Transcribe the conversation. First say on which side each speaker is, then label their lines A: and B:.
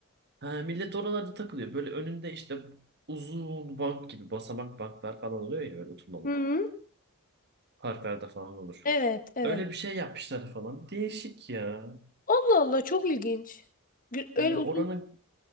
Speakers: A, on the right; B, on the left.
A: Ha, millet oralarda takılıyor. Böyle önünde işte uzun bank gibi basamak banklar falan oluyor ya böyle oturmalık.
B: Hı,
A: Parklarda falan olur.
B: evet evet.
A: Öyle bir şey yapmışlar falan. Değişik ya.
B: Allah Allah çok ilginç. Gü- Öyle
A: Ee,
B: uzun.
A: oranın